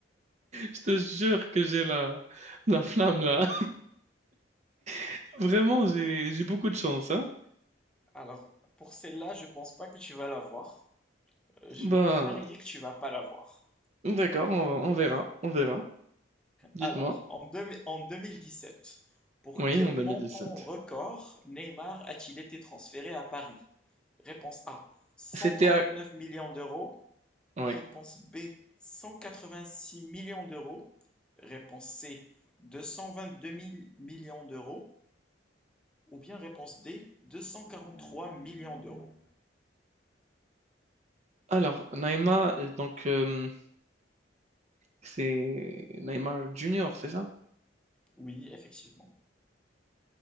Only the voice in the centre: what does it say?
Alors, pour celle-là, je pense pas que tu vas l'avoir. Euh, Je
vais même parier que tu vas pas l'avoir.
Alors, en, deux- en 2017, pour
quel
montant
record Neymar a-t-il été transféré à Paris? Réponse A, cent
trente
neuf millions d'euros.
Réponse B, 186 millions d'euros. Réponse C, deux cent vingt deux mille millions d'euros. Ou bien réponse D, 243 millions d'euros.
Oui, effectivement.